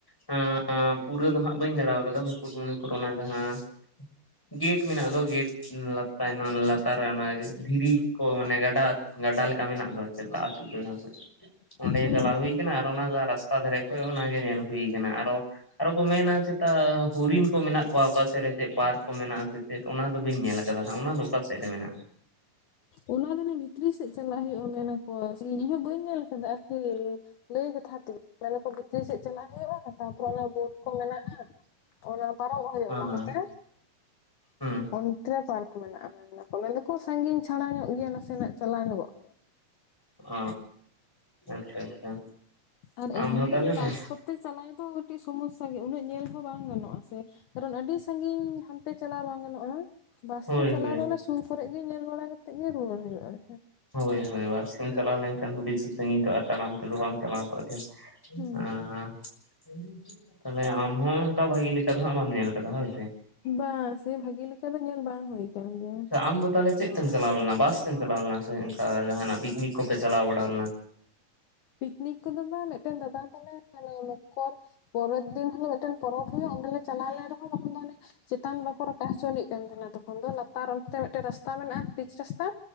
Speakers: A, in the centre; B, on the left.
A: ᱟᱹ ᱟᱹ ᱯᱩᱨᱟᱹ ᱫᱚᱦᱟᱸᱜ ᱵᱟᱹᱧ ᱫᱟᱲᱟ ᱟᱠᱟᱫᱟ ᱢᱩᱠᱩᱴᱢᱩᱱᱤ᱾ <unintelligible> ᱡᱟᱦᱟᱸ ᱜᱮᱴ ᱢᱮᱱᱟᱜ ᱫᱚ ᱜᱮᱴ᱾ ᱞᱟᱛᱟᱨ ᱞᱟᱛᱟᱨ ᱨᱮ ᱚᱱᱟ ᱜᱮ ᱫᱷᱤᱨᱤ ᱠᱚ ᱢᱟᱱᱮ ᱜᱟᱰᱟ᱾ ᱜᱟᱰᱟ ᱞᱮᱠᱟ ᱢᱮᱱᱟᱜ ᱫᱚ ᱪᱮᱫ ᱫᱟᱜ ᱟᱹᱛᱩ <unintelligible> ᱚᱸᱰᱮ ᱜᱮ
B: ᱦᱩᱸ
A: ᱪᱟᱞᱟᱣ ᱦᱩᱭ ᱟᱠᱟᱱᱟ ᱟᱨ ᱚᱱᱟ ᱨᱟᱥᱛᱟ᱾ ᱫᱷᱟᱨᱮ ᱠᱷᱚᱡ ᱚᱱᱟ ᱜᱮ ᱧᱮᱞ ᱦᱩᱭ ᱟᱠᱟᱱᱟ ᱟᱨᱚ᱾ ᱟᱨᱚ ᱠᱚ ᱢᱮᱱᱟ ᱪᱮᱛᱟ ᱦᱚᱨᱤᱱ ᱠᱚ ᱢᱮᱱᱟᱜ ᱠᱚᱣᱟ ᱚᱠᱟ ᱥᱮᱫ ᱨᱮ ᱪᱮᱫ ᱯᱟᱨᱠ ᱠᱚ ᱢᱮᱱᱟᱜᱼᱟᱥᱮ᱾ <unintelligible> ᱚᱱᱟ ᱫᱚ ᱵᱟᱹᱧ ᱧᱮᱞ ᱟᱠᱟᱫᱟ ᱦᱟᱸᱜ ᱚᱱᱟ ᱫᱚ ᱚᱠᱟ ᱥᱮᱫ ᱨᱮ ᱢᱮᱱᱟᱜᱼᱟ᱾
B: ᱚᱱᱟ ᱫᱚ ᱟᱹᱱᱤᱡ ᱵᱷᱤᱛᱨᱤ ᱥᱮᱫ ᱪᱟᱞᱟᱜ ᱦᱩᱭᱩᱜᱼᱟ ᱢᱮᱱᱟ ᱠᱚ ᱤᱧᱦᱚᱸ ᱵᱟᱹᱧ ᱧᱮᱞ ᱠᱟᱫᱟ ᱟᱨᱠᱤ᱾ ᱞᱟᱹᱭ ᱠᱟᱛᱷᱟ ᱛᱮ ᱢᱟᱱᱮ ᱠᱚ ᱵᱷᱤᱛᱨᱤ ᱥᱮᱫ ᱪᱟᱞᱟᱜ ᱦᱩᱭᱩᱜᱼᱟ ᱛᱟᱨᱯᱚᱨᱮ ᱚᱱᱟ ᱵᱳᱴ ᱠᱚ ᱢᱮᱱᱟᱜᱼᱟ᱾ ᱚᱱᱟ ᱯᱟᱨᱚᱢᱚᱜ ᱦᱩᱭᱩᱜᱼᱟ
A: ᱦᱮᱸ
B: ᱚᱱᱟ ᱠᱚᱛᱮ᱾
A: ᱦᱩᱸ
B: ᱚᱱᱛᱮᱨᱮ ᱯᱟᱨᱠ ᱢᱮᱱᱟᱜᱼᱟ ᱢᱮᱱ ᱫᱟᱠᱚ ᱢᱮᱱ ᱫᱟᱠᱚ ᱥᱟᱺᱜᱤᱧ ᱪᱷᱟᱲᱟ ᱧᱚᱜ ᱜᱮᱭᱟ ᱱᱟᱥᱮᱱᱟᱜ ᱪᱟᱞᱟᱣ ᱧᱚᱜᱚᱜ᱾
A: ᱚ ᱟᱪᱪᱷᱟ ᱟᱪᱪᱷᱟ
B: ᱟᱨ
A: ᱟᱢ
B: ᱮᱢᱱᱤ
A: ᱦᱚᱴᱟᱞᱮ ᱵᱷᱟᱜᱮ᱾
B: <unintelligible> ᱪᱟᱞᱟᱣ ᱫᱚ ᱠᱟᱹᱴᱤᱡ ᱥᱚᱢᱚᱥᱥᱟ ᱜᱮ ᱩᱱᱟᱹᱜ ᱧᱮᱞ ᱦᱚᱸ ᱵᱟᱝ ᱜᱟᱱᱚᱜᱼᱟ ᱥᱮ ᱠᱟᱨᱚᱱ ᱟᱹᱰᱤ ᱥᱟᱺᱜᱤᱧ ᱦᱟᱱᱛᱮ᱾ ᱪᱟᱞᱟᱣ ᱵᱟᱝ ᱜᱟᱱᱚᱜᱼᱟ ᱵᱟᱥ
A: ᱦᱳᱭ
B: ᱛᱮ ᱪᱟᱞᱟᱣ
A: ᱦᱳᱭ
B: ᱫᱚ ᱚᱱᱟ ᱥᱩᱨ ᱠᱚᱨᱮ ᱜᱮ ᱧᱮᱞ ᱵᱟᱲᱟ ᱠᱟᱛᱮᱫ ᱜᱮ ᱨᱩᱣᱟᱹᱲ ᱦᱩᱭᱩᱜᱼᱟ ᱾
A: ᱦᱳᱭ ᱦᱳᱭ ᱵᱟᱥ ᱛᱮᱢ ᱪᱟᱞᱟᱣ ᱞᱮᱱ ᱠᱷᱟᱱ ᱫᱚ ᱵᱮᱥᱤ ᱥᱟᱹᱜᱤᱧᱼᱟ ᱛᱟᱲᱟᱢ ᱛᱮᱫᱚ ᱵᱟᱝ ᱪᱟᱞᱟᱣ ᱠᱚᱜᱼᱟ᱾ <unintelligible>
B: ᱦᱩᱸ
A: ᱛᱟᱦᱚᱞᱮ ᱟᱢ ᱦᱚᱸ ᱚᱱᱠᱟ ᱵᱷᱟᱜᱤ ᱞᱮᱠᱟ ᱫᱚ ᱵᱟᱢ ᱧᱮᱞ ᱟᱠᱟᱫᱟ ᱦᱳᱭ ᱥᱮ
B: ᱵᱟᱝ ᱥᱮ ᱵᱷᱟᱜᱤ ᱞᱮᱠᱟ ᱫᱚ ᱧᱮᱞ ᱵᱟᱝ ᱦᱩᱭ ᱠᱟᱱ ᱜᱮᱭᱟ
A: ᱟᱢ ᱫᱚ ᱛᱟᱦᱚᱞᱮ ᱪᱮᱫ <unintelligible> ᱪᱟᱞᱟᱣ ᱞᱮᱱᱟ ᱵᱟᱥ ᱛᱮᱢ ᱪᱟᱞᱟᱣ ᱞᱮᱱᱟ ᱥᱮ ᱚᱱᱠᱟ ᱯᱤᱠᱱᱤᱠ ᱠᱚᱯᱮ ᱪᱟᱞᱟᱣ ᱵᱟᱲᱟ ᱞᱮᱱᱟ
B: ᱯᱤᱠᱱᱤᱠ ᱠᱚᱫᱚ ᱵᱟᱝ ᱢᱤᱫᱴᱮᱱ ᱫᱟᱫᱟ ᱛᱟᱞᱮ <unintelligible> ᱢᱚᱠᱚᱨ ᱯᱚᱨᱮᱨ ᱫᱤᱱ ᱦᱤᱞᱳᱜ ᱢᱤᱫᱴᱮᱱ ᱯᱚᱨᱚᱵᱽ ᱦᱩᱭᱩᱜᱼᱟ ᱚᱸᱰᱮ ᱞᱮ ᱪᱟᱞᱟᱣ ᱞᱮᱱ ᱨᱮ ᱦᱚᱸ ᱛᱚᱠᱷᱚᱱ ᱫᱚ ᱚᱱᱮᱼᱼ ᱪᱮᱛᱟᱱ ᱵᱟᱠᱚ ᱨᱟᱠᱟᱵ ᱦᱚᱪᱚ ᱟᱱᱤᱡ ᱠᱟᱱ ᱛᱟᱦᱮᱱᱟ ᱛᱚᱠᱷᱚᱱ ᱫᱚ ᱞᱟᱛᱟᱨ ᱚᱱᱛᱮ ᱢᱤᱫᱴᱮᱱ ᱨᱟᱥᱛᱟ ᱢᱮᱱᱟᱜᱼᱟ ᱯᱤᱪ ᱨᱟᱥᱛᱟ